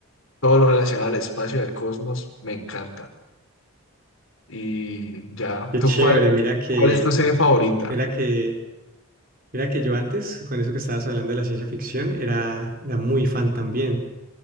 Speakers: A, on the left (about 65°); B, on the right (about 40°).
A: todo lo relacionado al espacio y al cosmos, me encanta. Y ya,
B: qué
A: ¿tú
B: chévere,
A: cuál,
B: mira que,
A: cuál es tu serie favorita?
B: mira que Mira que yo antes, con eso que estabas hablando de la ciencia ficción, era, era muy fan también.